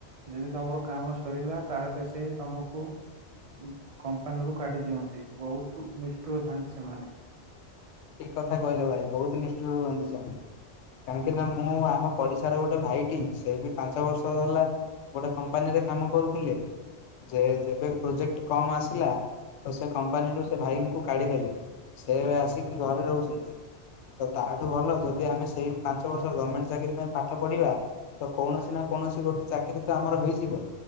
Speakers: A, on the right; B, on the left.
A: ଯଦି ତମର କାମ ସରିଲା ତାହେଲେ ସେ ତମକୁ ଉଁ କମ୍ପାନୀରୁୁ କାଢି ଦିଅନ୍ତି ବହୁତ ନିଷ୍ଠୁର ଥାଆନ୍ତି ସେମାନେ।
B: ଠିକ କଥା କହିଲ ଭାଇ ବହୁତ ନିଷ୍ଠୁର ହୁଅନ୍ତି ସେମାନେ କାହିଁକି ନା ମୁଁ ଆମ ପଡିଶାର ଗୋଟେ ଭାଇଟି ସେ ବି ପାଞ୍ଚ ବର୍ଷ ହେଲା ଗୋଟେ କମ୍ପାନୀରେ କାମ କରୁଥିଲେ। ଯେ ଯେବେ ପ୍ରୋଜେକ୍ଟ କମ୍ ଆସିଲା ତ ସେ କମ୍ପାନୀରୁୁ ସେ ଭାଇଙ୍କୁ କାଢିଦେଲେ। ସେ ଆସିକି ଘରେ ରହୁଛନ୍ତି। ତ ତାହାଠୁ ଭଲ ଯଦି ଆମେ ସେଇ ପାଞ୍ଚ ବର୍ଷ ଗମେଣ୍ଟ ଚାକିରୀ ପାଇଁ ପାଠ ପଢିବା। ତ କୌଣସି ନା କୌଣସି ଗୋଟେ ଚାକିରୀ ତ ଆମର ହେଇଯିବ।